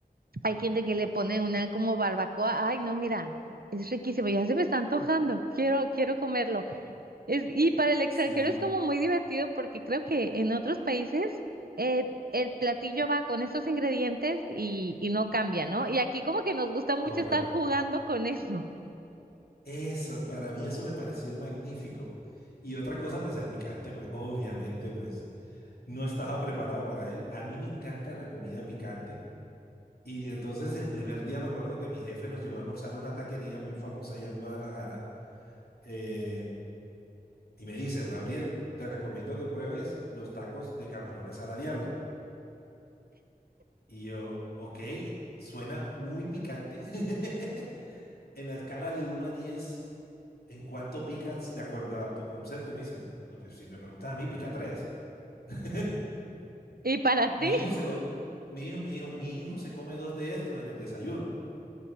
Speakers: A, on the right; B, on the left.
A: Hay gente que le pone una como barbacoa. Ay, no, mira, es riquísimo, ya se me está antojando. Quiero, quiero comerlo. Es, y para el extranjero
B: Sí,
A: es como muy divertido porque creo que en otros países eh, el platillo va con estos ingredientes y, y no cambia, ¿no? Y aquí como que nos gusta mucho
B: correcto.
A: estar jugando con eso.
B: Eso, para mí eso me pareció magnífico. Y otra cosa, pues el picante, pues obviamente, pues no estaba preparado para él. A mí me encanta la comida picante. Y entonces el primer día me acuerdo que mi jefe nos llevó a almorzar a una taquería muy famosa allá en Guadalajara. eh, Y me dice, Gabriel, te recomiendo que pruebes los tacos de camarones a la diabla. Y yo, ok, suena muy picante. <laughs> En la escala de uno a diez ¿en cuánto picas de acuerdo a tu concepto? Y me dicen, no, pues si me preguntas a mí, pica tres <laughs>
A: ¿Y para
B: Mi
A: ti? <laughs>
B: hijo se lo, mi hijo, mi hijo, mi hijo se come dos de estos en el desayuno.